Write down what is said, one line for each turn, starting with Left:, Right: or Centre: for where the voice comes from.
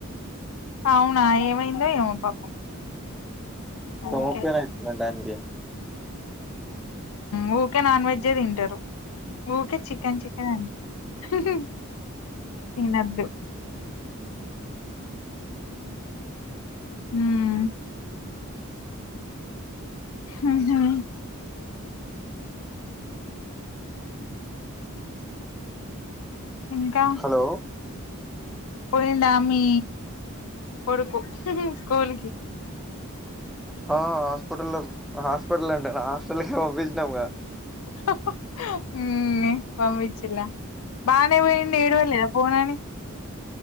Left: అవునా ఏమైందొ ఏమో పాపం
Centre: <unintelligible>
Left: ఊకే
Centre: నాన్ దియా
Left: ఉ యూకే నాన్ వెజ్ ఏయ్ తింటారు ఊకే చికెన్ చిక్ కేన్ హాహా తిన్నదు ఉ హుహు ఉంకా
Centre: హలో
Left: పోయిండా మీ కొరుకు స్కూల్ కి
Centre: హా హాస్పిటల్ హాస్పిటల్ అంటే నా హాస్టల్ కే పంపించినాము గా
Left: హాహా ఉహ్మ్ పంపించిన్ లా బానే పోయిండు ఏడవల పోనని